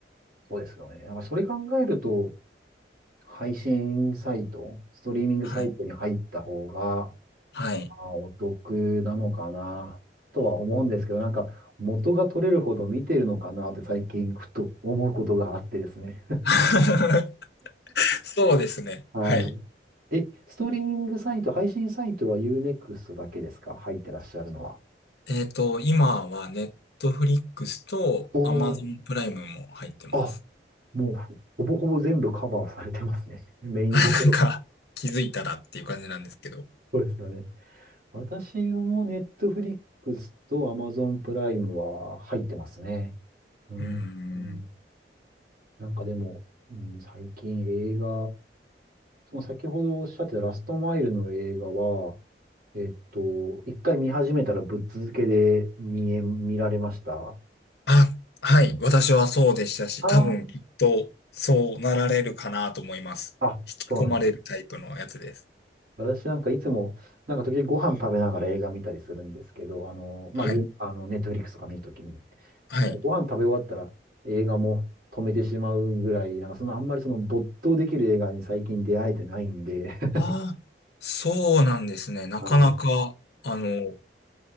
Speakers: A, on the right; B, on the left.
A: そうですよね。なんかそれ考えると、配信サイト、ストリーミングサイトに入った方が、
B: はい。はい。
A: あ、お得なのかな、とは思うんですけど、なんか、元が取れるほど見てるのかなって最近ふと思うことがあってですね。
B: <laughs> そうですね。
A: <laughs> は
B: はい。
A: い。え、ストリーミングサイト、配信サイトは U-NEXT だけですか入ってらっしゃるのは。
B: えっと、今はネットフリックスとアマゾンプライムも入ってます。
A: おお、あ、もうほほぼほぼ全部カバーされてますね。<laughs> メインどころ。
B: なんか気づいたらっていう感じなんですけど。
A: そうですよね。私も Netflix と Amazon プライムは入ってますね。うん。
B: うーん。
A: うんなんかでも、うん、最近映画その先ほどおっしゃってたラストマイルの映画は、えっと、一回見始めたらぶっ続けで見え、見られました
B: あ、はい。私はそうでしたし、
A: あ
B: 多分きっとそうなられるかなと思います。
A: あ、あ、
B: 引き込まれるタイプのやつです。
A: そうなんです。私なんかいつも、なんか時々ご飯食べながら映画見たりするんですけど、あの、まあ、
B: はい。
A: ゆ、あの、ネットフリックスとか見るときに、
B: はい。
A: なんかご飯食べ終わったら映画も止めてしまうぐらい、なんかそのあんまりその没頭できる映画に最近出会えてないんで、<laughs>
B: ああ、そうなんですね。なかなか、
A: はい。
B: あの、